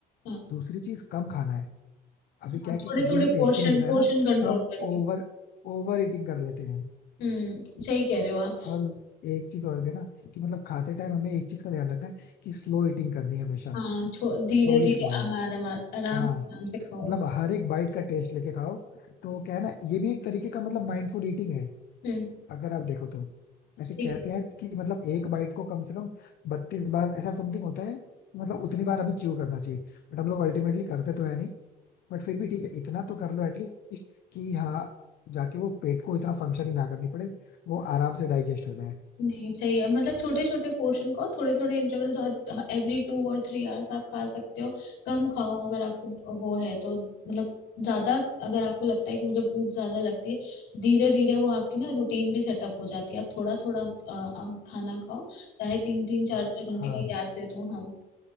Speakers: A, on the left; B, on the left.
A: हाँ
B: दूसरी चीज कम खाना है अभी क्या
A: आप
B: है
A: थोड़े
B: कि कुछ
A: थोड़े
B: भी हमें टेस्टी
A: पोर्शन
B: मिलता
A: पोर्शन
B: है ना तो
A: कंट्रोल
B: हम
A: करके
B: ओवर ओवर ईटिंग कर लेते हैं
A: हम्म सही कह रहे हो आप
B: और उस- एक चीज और भी है ना कि मतलब खाते टाइम हमें एक चीज का ध्यान रखना है कि स्लो ईटिंग करनी है हमेशा
A: हाँ धीरे
B: Slowly
A: धीरे
B: slowly
A: आराम आराम
B: हाँ
A: आराम से खाओ
B: मतलब हर एक बाइट का टेस्ट लेके खाओ तो क्या है ना ये भी एक तरीके का मतलब माइंडफुल ईटिंग है
A: हम्म
B: अगर आप देखो तो
A: सही
B: ऐसे कहते
A: कह
B: हैं कि मतलब एक बाइट को कम से कम बत्तीस बार ऐसा समथिंग होता है मतलब उतनी बार हमें च्यू करना चाहिए बट हम लोग अल्टीमेटली करते तो है नहीं बट फिर भी ठीक है इतना तो कर लो एटलीस्ट कि हाँ जाके वो पेट को इतना फंक्शनिंग ना करनी पड़े वो आराम से डाइजेस्ट हो जाए
A: नहीं सही है मतलब छोटे छोटे पोर्शन खाओ थोड़े थोड़े इंटरवल और एवरी टू और थ्री आवर्स आप खा सकते हो कम खाओ अगर आपको वो है तो मतलब ज्यादा अगर आपको लगता है कि मुझे भूख ज्यादा लगती है धीरे धीरे वो आपकी ना रूटीन भी सेटअप हो जाती है आप थोड़ा थोड़ा अ, आप खाना खाओ चाहे तीन तीन चार
B: अ,
A: चार घंटे
B: हाँ
A: का गैप दे दो हाँ